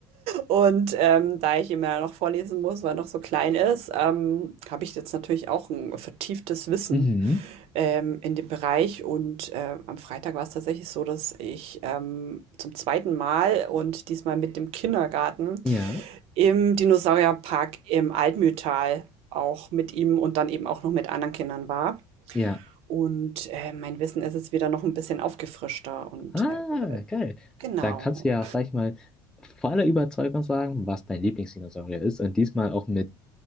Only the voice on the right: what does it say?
Und ähm, da ich ihm ja noch vorlesen muss, weil er noch so klein ist, ähm, habe ich jetzt natürlich auch ein vertieftes Wissen
ähm, in dem Bereich. Und äh, am Freitag war es tatsächlich so, dass ich ähm, zum zweiten Mal und diesmal mit dem Kindergarten
Im Dinosaurierpark im Altmühltal auch mit ihm und dann eben auch noch mit anderen Kindern war.
Und, äh, mein Wissen ist jetzt wieder noch ein bisschen aufgefrischter und,
äh
genau.